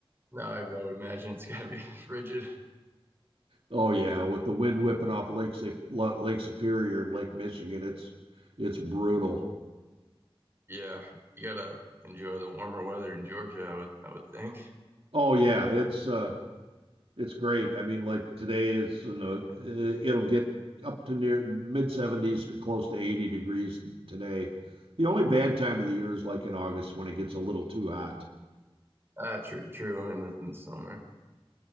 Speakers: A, on the right; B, on the right.
A: No, I, I would imagine it's gotta be <laughs> frigid.
B: Oh yeah, with the wind whipping off Lake Sa- Lo- Lake Superior and Lake Michigan, it's it's brutal.
A: Yeah, you gotta enjoy the warmer weather in Georgia. I would I would think.
B: Oh yeah, it's uh it's great. I mean, like today it's you know i- it'll get up to near mid 70s to close to 80 degrees today. The only bad time of the year is like in August when it gets a little too hot.
A: Uh, true, true. In the, in the summer.